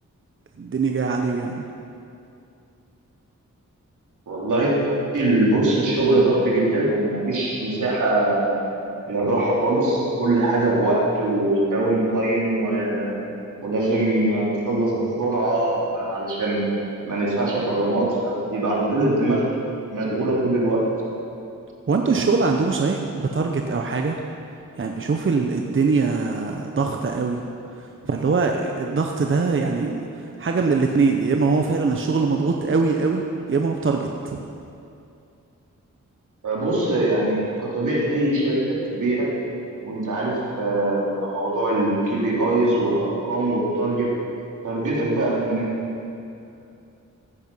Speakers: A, on the right (about 40°); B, on the right (about 75°).
A: الدنيا جاية عليه يعني
B: والله بص الشغل ضغط جدا ومفيش مساحة للراحة خالص وكل حاجة بوقت وداون تايم و... ولازم نخلص بسرعة علشان ما ندفعش غرامات فبيبقى على طول الدماغ مشغولة طول الوقت
A: هو انتوا الشغل عندكم صحيح بتارجت او حاجة يعني بشوف ال- الدنيا ضغطة قوي فاللي هو الضغط ده يعني حاجة من الاتنين يا اما هو فعلا الشغل مضغوط قوي قوي يا اما هو بتارجت
B: بص يعني كطبيعة أي شركة كبيرة وأنت عارف آه، بقى موضوع الكي بي آيز والأرقام والتارجت تارجتك بقى في النهاية